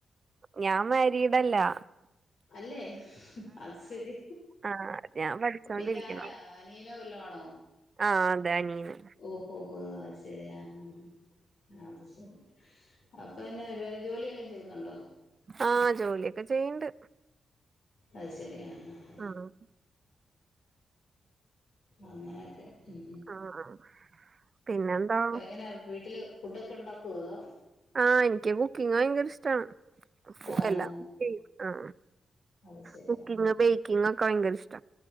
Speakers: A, on the right; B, on the left.
A: ഞാ മാരീഡാല്ലാ
B: അല്ലെ അത് സെരി
A: ആഹ് ഞാൻ പഠിച്ചോണ്ടിരിക്കണു
B: പിന്നെ ആരാ അനിയനോ വല്ലോ ആണോ
A: ആ അതെ അനിയന്
B: ഓ ഓഹോ അത് ശരി അഹ്ആഹ് ഹാ അത് ശരി അപ്പൊ എന്നെ വേറെ ജോലിയെല്ലാം ചെയ്യുന്നുണ്ടോ
A: ആഹ് ജോലിയൊക്കെ ചെയ്യ്ണ്ട്
B: അഹ് ശരി ആഹ് ആഹ്
A: ആഹ്
B: ആഹ് അങ്ങനൊക്കെ ഉം
A: ആഹ് ആഹ് പിന്നെന്താ
B: പ്പോ എങ്ങനാ വീട്ടില് ഫുഡൊക്കെ ഉണ്ടാക്കോ അതോ
A: ആഹ് ൻക്കി കുക്കിങ്ങ് ഭയങ്കര ഇഷ്ടാണ്
B: ഇതാണ്
A: എല്ലാംകുക്കിയും ആ
B: അത് ശരി
A: കുക്കിംഗ്
B: ആ
A: ബേക്കിങ് ഒക്കെ ഭയങ്കര ഇഷ്ട